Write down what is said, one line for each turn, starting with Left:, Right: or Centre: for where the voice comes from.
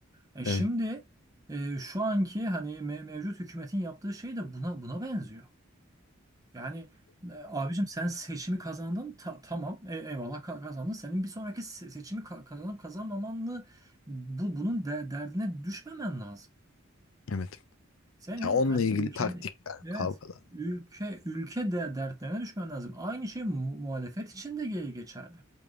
Right: E
Left: Evet.
Right: şimdi e, şu anki hani me- mevcut hükümetin yaptığı şey de buna buna benziyor. Yani e, abicim sen seçimi kazandın ta- tamam e- eyvallah ka- kazandın. Senin bir sonraki se- seçimi ka- kazanıp kazanmamanı bu bunun de- derdine düşmemen lazım.
Left: Evet.
Right: Senin
Left: Ya onunla
Right: hani
Left: ilgili
Right: ülkenin
Left: taktikler,
Right: evet
Left: kavgalar.
Right: ülke ülke de dertlerine düşmen lazım. Aynı şey mu- muhalefet için de ge- geçerli.